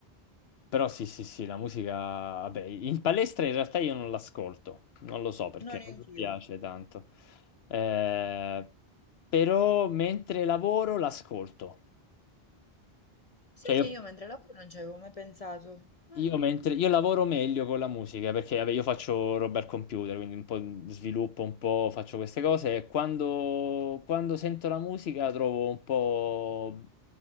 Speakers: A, on the left; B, on the left.
A: Però sì, sì, sì, la musica, vabbè, in palestra in realtà io non l'ascolto, non lo so perché
B: No, neanch'io.
A: non mi piace tanto. Eh, Però mentre lavoro l'ascolto.
B: Sai
A: Cioè io
B: che io mentre lavoro non ci avevo mai pensato. Eh,
A: Io, mentre, io lavoro meglio con la musica perché vabbè, io faccio roba al computer, quindi un po' sviluppo, un po' faccio queste cose e quando, quando sento la musica trovo un po',